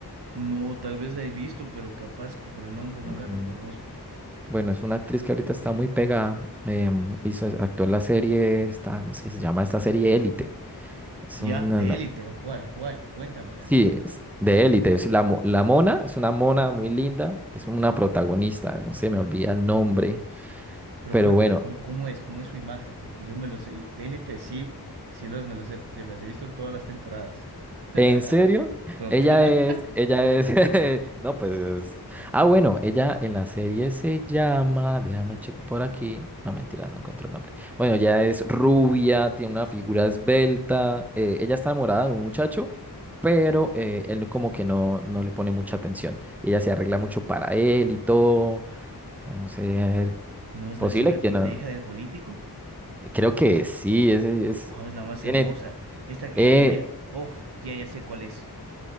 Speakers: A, on the right; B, in the centre.
A: No, tal vez la he visto, pero capaz que por el nombre no
B: Mm,
A: la reconozco.
B: Bueno, es una actriz que ahorita está muy pegada. em, hizo, actuó en la serie, esta, ¿cómo es que se llama esta serie Élite? Es
A: Ya,
B: una,
A: de Élite, ¿o cuál? ¿Cuál? Cuéntamela.
B: sí, es de élite. Es la, mo- la mona es una mona muy linda, que es una protagonista, no se me olvida el nombre,
A: Pero
B: pero
A: cuéntame,
B: bueno,
A: ¿cómo, cómo es? ¿Cómo es su imagen? Porque yo me lo sé. De Élite sí, sí los me los he, se me las he visto todas las temporadas. <laughs>
B: en serio,
A: Total.
B: ella es, ella es, <laughs> no, pues es, ah, bueno, ella en la serie se llama, déjame checo por aquí, no, mentira, no encuentro el nombre. Bueno, ella es rubia, tiene una figura esbelta, eh, ella está enamorada de un muchacho, pero eh, él como que no, no le pone mucha atención. Ella se arregla mucho para él y todo. O sea, no sé, a ver,
A: ¿No es
B: posible
A: la chica
B: que
A: que,
B: no.
A: la hija del político?
B: Creo que sí, ese es,
A: Oh, es la más
B: tiene,
A: hermosa. Esta, e-
B: eh,
A: ella, uff, ya, ya sé cuál es.